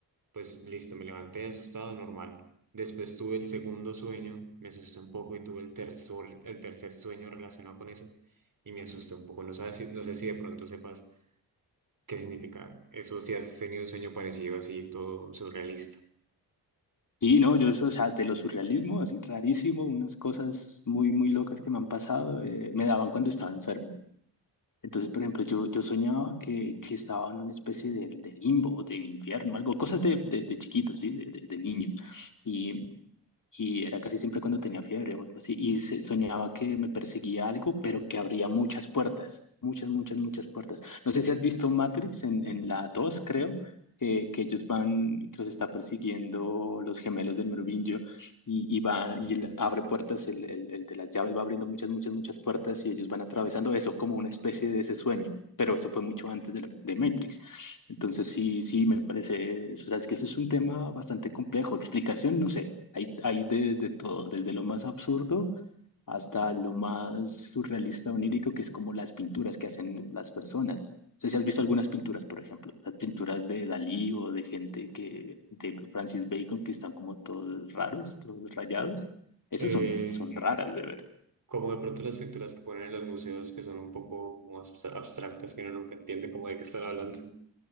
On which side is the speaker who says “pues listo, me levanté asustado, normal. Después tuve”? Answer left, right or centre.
Right